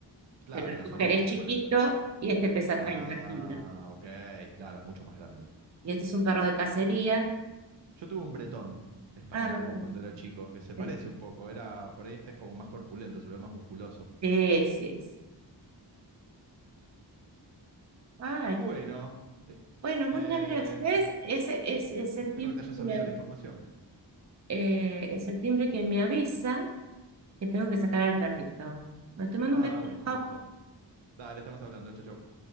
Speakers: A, on the right; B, on the right.
A: Claro,
B: pero el
A: las
B: cocker
A: orejas
B: es
A: se
B: chiquito
A: parecen.
B: y este pesa
A: Ah,
B: 30 kilos.
A: ok, claro, es mucho más grande.
B: Y este es un perro de cacería.
A: Yo tuve un bretón español
B: Ah, bueno.
A: cuando era chico, que se parece
B: sí,
A: un poco. Era, por ahí este es como más corpulento, se lo ve más musculoso.
B: Ese es. Ay,
A: Bueno,
B: qué-
A: eh,
B: Bueno, muchas
A: eh,
B: gracias. ¿Ves? Ese es, es el
A: espero
B: timbre
A: que te haya servido
B: que me,
A: la información.
B: eh, es el timbre que me avisa que tengo que sacar al perrito. Bueno, Te mando
A: Ah,
B: un beso.
A: bueno, justo. Dale, estamos hablando. Chau, chau.